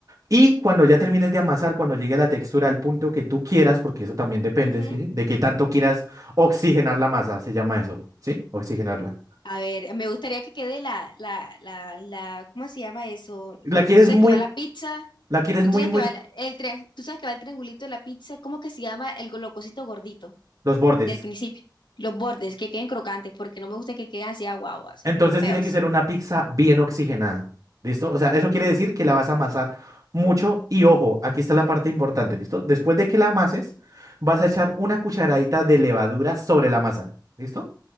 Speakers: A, on the right (about 45°); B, on the left (about 80°).
A: Y cuando ya termines de amasar, cuando llegue la textura al punto que tú quieras, porque eso también depende,
B: Ujú.
A: ¿sí? De qué tanto quieras oxigenar la masa, se llama eso, ¿sí? Oxigenarla.
B: A ver, me gustaría que quede la, la, la, la, ¿cómo se llama eso?
A: La quieres
B: Tú sabes
A: muy,
B: que va la pizza,
A: la quieres
B: tú
A: muy,
B: sabes
A: muy
B: que va la- el, tren, tú sabes que va el triangulito de la pizza, ¿cómo que se llama el go- lo cosito gordito
A: los bordes.
B: del principio? Los bordes, que queden crocantes, porque no me gusta que queden así aguados, así
A: Entonces
B: como feos.
A: tiene que ser una pizza bien oxigenada, ¿listo? O sea, eso quiere decir que la vas a amasar mucho y ojo, aquí está la parte importante, ¿listo? Después de que la amases, vas a echar una cucharadita de levadura sobre la masa, ¿listo?